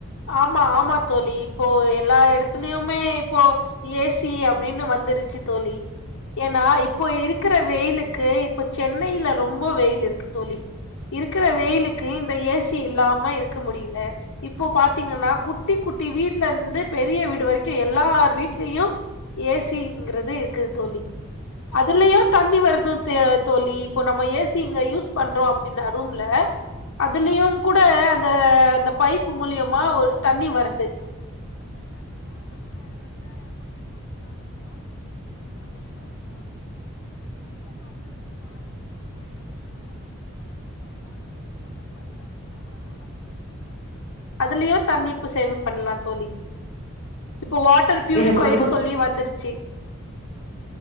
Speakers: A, on the left; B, on the left.
A: ஆமா ஆமா தோழி இப்போ எல்லா இடத்துலயுமே இப்போ ஏசி அப்டின்னு வந்து வந்துருச்சு தோழி ஏன்னா இப்போ இருக்குற வெயிலுக்கு இப்ப சென்னையில ரொம்ப வெயில் இருக்கு தோழி இருக்கிற வெயிலுக்கு இந்த ஏசி இல்லாம இருக்க முடியல இ இப்போ பாத்தீங்கன்னா குட்டி குட்டி வீட்ல இருந்து பெரிய வீடு வரைக்கு எல்லார் வீட்லயு ஏசிங்கிறது இருக்குது தோழி அதுலயு தண்ணி வருது தோழி இப்போ நம்ம ஏசி இங்க யூஸ் பண்றோ அப்படின்னா ரூம்ல அதுலயு கூட அந்த அந்த பைப் மூலியமா ஒரு தண்ணி வருது அதுலயோ தண்ணிப்பு சேமிப்பு பண்ணலா தோழி இப்போ வாட்டர் பியூரிஃபயர்
B: எனக்கு ஒரு புத்
A: சொல்லி வந்துருச்சு